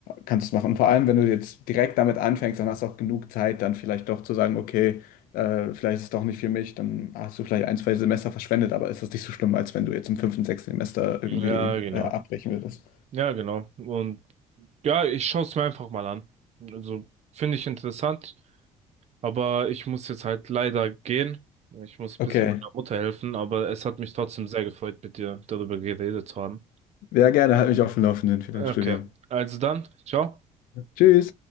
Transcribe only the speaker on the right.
Ja, genau.
Ja, genau. Und ja, ich schaue es mir einfach mal an. Also, finde ich interessant. Aber ich muss jetzt halt leider gehen. Ich muss ein
bisschen meiner Mutter helfen, aber es hat mich trotzdem sehr gefreut, mit dir darüber geredet zu haben.
Okay,
also dann, ciao.